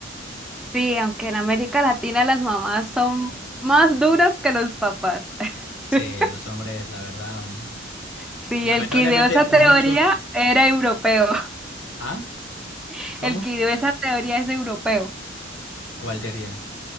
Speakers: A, in the centre; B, on the left.
A: sí, aunque en América Latina las mamás son más duras que los papás.
B: Sí,
A: <laughs>
B: los hombres, la verdad, mm,
A: Sí,
B: lamentablemente
A: el que ideó esa
B: muchos...
A: teoría era europeo.
B: ¿Ah?
A: <laughs>
B: ¿Cómo?
A: El que ideó esa teoría es europeo.
B: ¿Cuál teoría?